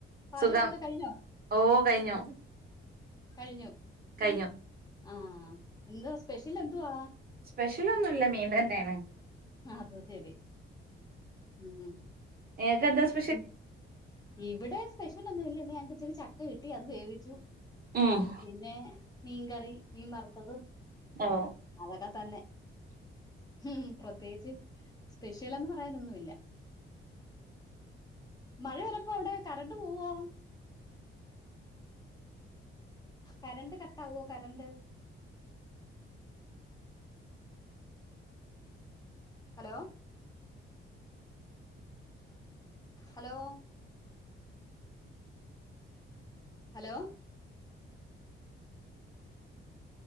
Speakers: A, on the left (about 20°); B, on the right (about 45°).
A: പാചകമൊക്കെ
B: സുഖം
A: കഴിഞ്ഞോ
B: ഓ കഴിഞ്ഞു
A: കഴിഞ്ഞു
B: കഴിഞ്ഞു
A: ആഹ് എന്താ സ്പെഷ്യൽ എന്തുവാ
B: സ്പെഷ്യൽ ഒന്നുമില്ല മീൻ തന്നെണ്
A: അത് ശരി ഉം
B: ഏത ഡ്രസ്സ്
A: ഉം ഇവിടെ സ്പെഷ്യൽ ഒന്നുല്ല ഞങ്ങക്ക് ഇച്ചിരി ചക്ക കിട്ടി അത് വേവിച്ചു
B: ആഹ്
A: പിന്നെ മീൻ കറി മീൻ വറ്ത്തത്
B: ഓ
A: അതൊക്കെ തന്നെ ഉം പ്രത്യേകിച്ച് സ്പെഷ്യലെന്ന് പറയാനൊന്നുല്ല മഴ വരുമ്പോ അവ്ടെ കറണ്ട് പോവോ കരണ്ട് കട്ടാവോ current hello hello hello